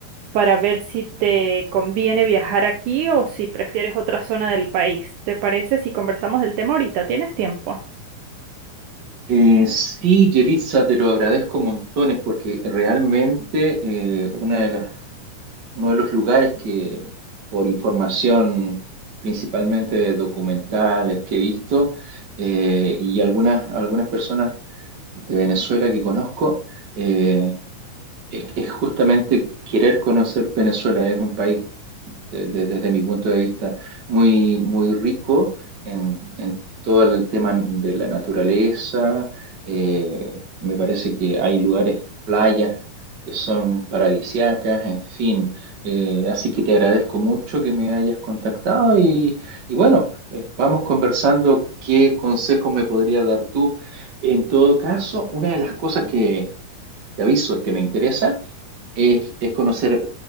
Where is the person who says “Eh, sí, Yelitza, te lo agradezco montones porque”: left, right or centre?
Right